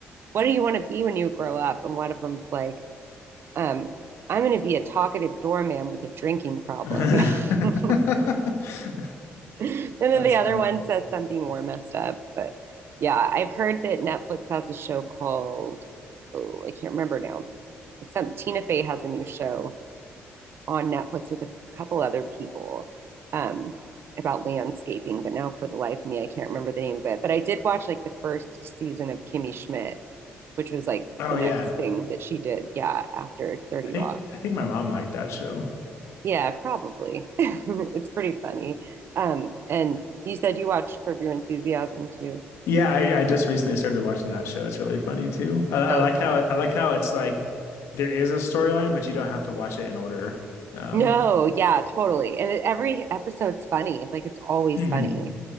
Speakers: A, on the right; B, on the left.
A: what do you want to be when you grow up? And one of them's like, um, I'm going to be a talkative doorman with a drinking problem.
B: <laughs>
A: <laughs> <laughs> and then
B: That's
A: the other
B: funny.
A: one says something more messed up. But yeah, I've heard that Netflix has a show called, oh, I can't remember now. It's some Tina Fey has a new show on Netflix with a couple other people um, about landscaping. But now, for the life of me, I can't remember the name of it. But I did watch like the first season of Kimmy Schmidt, which was like
B: Oh
A: the
B: yeah.
A: next thing that she did. Yeah, after 30
B: I think
A: Rock.
B: I think my mom liked that show.
A: Yeah, probably. <laughs> It's pretty funny. Um, and you said you watched Curb Your Enthusiasm too.
B: Yeah, I, I just recently started watching that show. It's really funny too. I, I
A: So
B: like
A: funny.
B: how I like how it's like there is a storyline, but you don't have to watch it in order. Um,
A: No, yeah, totally. And it, every episode's funny. Like it's always
B: hmm
A: funny.